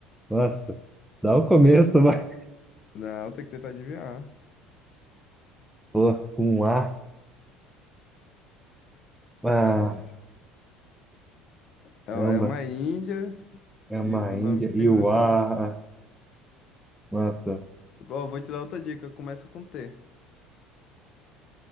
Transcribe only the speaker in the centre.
nossa, dá o começo, vai.
<laughs> Pô, com A. Ah,
caramba,
é uma
Índia.
Iuá,
ah, nossa,